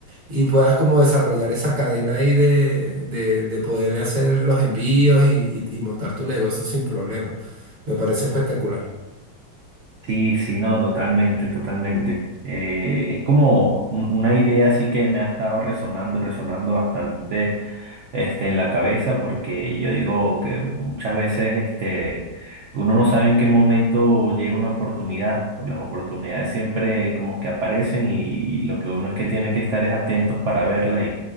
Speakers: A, on the right (about 55°); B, on the right (about 70°).
A: y puedas como desarrollar esa cadena ahí de, de, de poder hacer los envíos y, y y montar tu negocio sin problema. Me parece espectacular.
B: Sí, sí, no, totalmente, totalmente. Eh, es como un- una idea así que me ha estado resonando y resonando bastante este, en la cabeza porque yo digo que muchas veces este, uno no sabe en qué momento llega una oportunidad, por las oportunidades siempre como que aparecen y, y lo que uno es que tiene que estar es atentos para verla